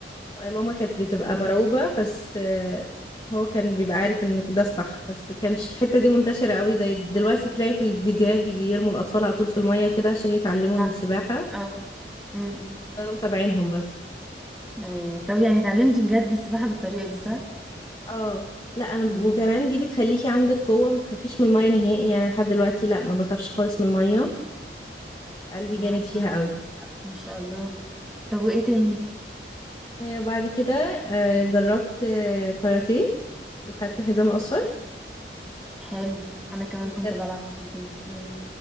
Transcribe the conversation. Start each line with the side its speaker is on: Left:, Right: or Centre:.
Left: ماما كانت بتبقى مرعوبة بس آه، هو كان بيبقى عارف ان ده الصح بس كانش الحتة دي منتشرة قوي زي دلوقتي تلاقي في الفيديوهات بيرموا الأطفال على طول في المية وكده عشان يتعلموا
Centre: <laughs> صح
Left: السباحة
Centre: اه أمم.
Left: كانوا متابعينهم بس
Centre: ايوه طب يعني اتعلمتي بجد السباحة بالطريقة دي صح
Left: اه لا انا ب-
Centre: أمم.
Left: وكمان دي بتخليكي عندك قوه ما تخافيش من الميه نهائي يعني لحد دلوقتي لا ما بخافش خالص من الميه قلبي
Centre: اه
Left: جامد فيها قوي
Centre: ما شاء الله طب وايه تاني
Left: آه، وبعد كده آه، جربت آه، كاراتيه وخدت حزام اصفر
Centre: حلو انا كمان
Left: بس
Centre: كنت
Left: كانت
Centre: بلعب كونتين أمم.